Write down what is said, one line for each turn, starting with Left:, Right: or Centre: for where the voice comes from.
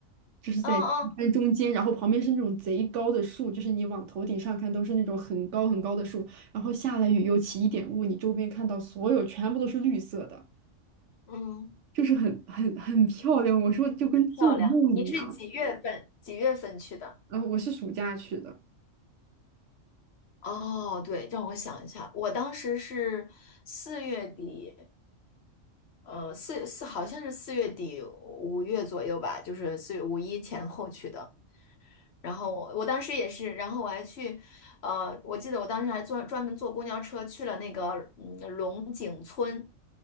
Right: 就是在茶山中间，
Left: 嗯
Right: 然后旁边是那种贼高的树，就是你往头顶上看都是那种很高很高的树，然后下了雨又起一点雾，你周边看到所有全部都是绿色的。
Left: 嗯，嗯
Right: 就是很很很漂亮，我说就跟做梦一样。
Left: 漂亮。你是几月份？几月份去的？
Right: 然后我是暑假去的。
Left: 哦，对，让我想一下，我当时是四月底，呃，四四好像是四月底五月左右吧，就是四月五一前后去的。然后我我当时也是，然后我还去，呃，我记得我当时还专专门坐公交车去了那个嗯龙井村，